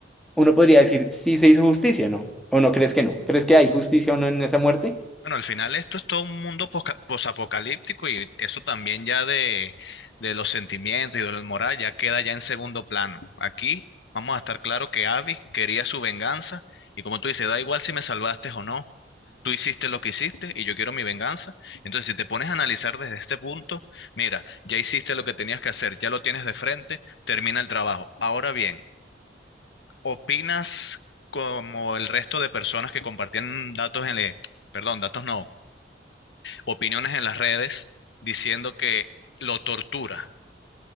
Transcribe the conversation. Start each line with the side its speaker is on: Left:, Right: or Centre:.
Centre: uno podría decir si se hizo justicia, ¿no? ¿O no crees que no? ¿Crees que hay justicia o no en esa muerte?
Left: Bueno, al final esto es todo un mundo posca- posapocalíptico y eso también ya de, de los sentimientos y de la moral ya queda ya en segundo plano. Aquí vamos a estar claro que Abby quería su venganza y como tú dices, da igual si me salvaste o no, tú hiciste lo que hiciste y yo quiero mi venganza. Entonces, si te pones a analizar desde este punto, mira, ya hiciste lo que tenías que hacer, ya lo tienes de frente, termina el trabajo. Ahora bien, ¿opinas como el resto de personas que compartían datos en el... Perdón, datos no opiniones en las redes diciendo que lo tortura.